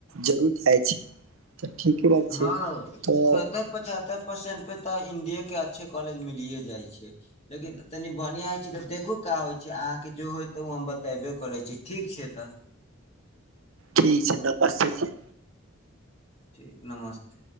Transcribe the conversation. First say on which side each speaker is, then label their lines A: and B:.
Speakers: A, on the right (about 75°); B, on the left (about 30°).
A: जरूर जाइ छै। ठीके बात
B: हँ
A: छै। तऽ
B: सत्तर पचहत्तर परसेंट पे तऽ इं्डिये के अच्छे कॉलेज मिलिए जाइ छैियै लेकिन तनि बढ़िआँ होइ छै। तऽ देखू का होइ छै। अहाँके जो होय तऽ ओ हम बतेबे करै छी ठीक छै। तऽ
A: ठीक छै तऽ बसे छै।
B: ठीक नमस्ते